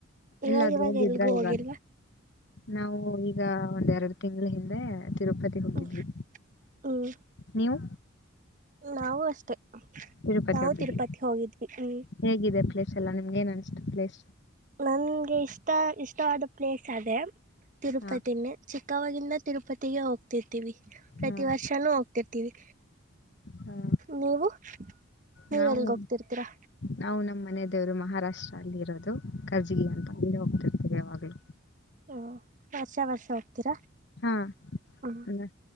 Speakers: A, on the right; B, on the left.
A: ಇವಾಗ
B: ಎಲ್ಲಾದ್ರೂ
A: ಇವಾಗ
B: ಹೋಗಿದ್ರ
A: ಎಲ್ಗೂ ಹೋಗಿಲ್ವಾ
B: ಇವಾಗ ನಾವು ಈಗ ಒಂದ್ ಎರಡು ತಿಂಗಳ ಹಿಂದೆ ತಿರುಪತಿ ಹೋಗಿದ್ವಿ
A: ಹ್ಮ ಹ್ಮ್
B: ನೀವು
A: ನಾವು ಅಷ್ಟೆ
B: ತಿರುಪತಿ
A: ನಾವು
B: ಹೋಗಿದ್ದೀವಿ
A: ತಿರುಪತಿ ಹೋಗಿದ್ವಿ ಹ್ಮ್
B: ಹೇಗಿದೆ ಪ್ಲೇಸ್ ಎಲ್ಲ ನಿಮ್ಗೆ ಏನ್ ಅನ್ನಿಸ್ತು ಪ್ಲೇಸ್
A: ನನ್ಗೆ ಇಷ್ಟ ಇಷ್ಟವಾದ ಪ್ಲೇಸ್ ಅದೇ ತಿರುಪತಿನೇ
B: ಹಾ
A: ಚಿಕ್ಕವಾಗಿವಾಗಿಂದ ತಿರುಪತಿಗೆ ಹೋಗ್ತಿರ್ತೀವಿ ಪ್ರತಿ
B: ಹಾ
A: ವರ್ಷನೂ ಹೋಗ್ತಿರ್ತೀವಿ
B: ಹಾ
A: ನೀವು ನೀವ್
B: ನಾವು
A: ಎಲ್ಗ ಹೋಗ್ತಿರ್ತೀರಾ
B: ನಾವು ನಮ್ಮ ಮನದೇವರು ಮಹಾರಾಷ್ಟ್ರ ಅಲ್ಲಿ ಇರೋದು ಕರ್ಜಗಿ ಅಂತ ಅಲ್ಲಿ ಹೋಗ್ತಿರ್ತೀವಿ ಯಾವಾಗಲೂ
A: ಹ್ಮ ವರ್ಷ ವರ್ಷ ಹೋಗ್ತೀರಾ
B: ಹಾ
A: ಹ್ಮ
B: ನ-